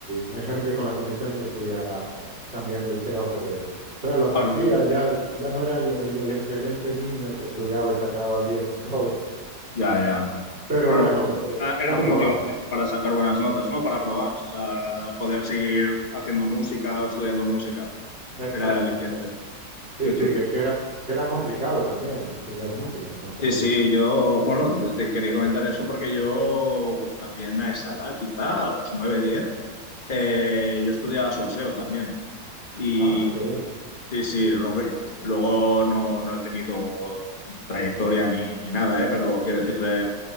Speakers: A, on the right (about 35°); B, on the left (about 30°).
A: me dijeron que con la condición de que estudiara también lo hiciera los deberes. Entonces los
B: Bueno.
A: hacía, ya, ya no era el, el- el excelente niño que estudiaba y sacaba 10 en todo,
B: Ya, ya.
A: <laughs> pero
B: Pero
A: bueno, eh,
B: era, era
A: aprobaba.
B: tu motivación para sacar buenas notas, ¿no? Para probar, o sea, poder seguir haciendo música o estudiando música.
A: Exacto,
B: Era el aliciente.
A: exacto. Sí,
B: Qué
A: sí,
B: chulo.
A: que, que era, que era complicado también estudiar música, entonces,
B: Sí, sí, yo, bueno, te quería comentar eso porque yo también a esa edad, quizá a los 9, 10. Eh, yo estudiaba solfeo también. Y
A: ah, qué bien.
B: sí, sí, lo que- luego no, no he tenido trayectoria ni, ni nada, ¿eh? Pero quiero decir, eh,